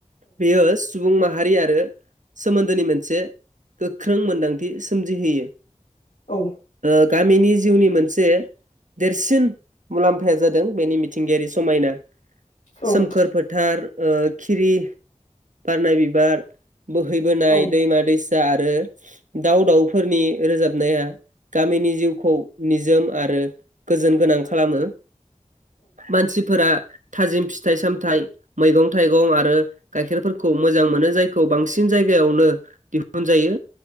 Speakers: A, on the right (about 75°); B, on the left (about 70°).
A: बेयो सुबुं माहारि आरो सोमोन्दो दोनि मोनसे गोख्रों मोन्दांथि सोमजिहोयो।
B: औ
A: ओ गामिनि जिउनि मोनसे देरसिन मुलाम्फाया जादों बेनि मिथिंगायारि समायना।
B: औ
A: सोमखोर फोथार खिरि बारनाय बिबार बोहैबोनाय
B: औ
A: दैमा दैसा आरो दाउ दाउफोरनि रोजाबनाया गामिनि जिउखौ निजोम आरो गोजोन गोनां खालामो। मानसिफोरा थाजिम फिथाइ सामथाइ मैगं थाइगं आरो गाइखेरफोरखौ मोजां मोनो जायखौ बांसिन जाय यगायावनो दिहुन जायो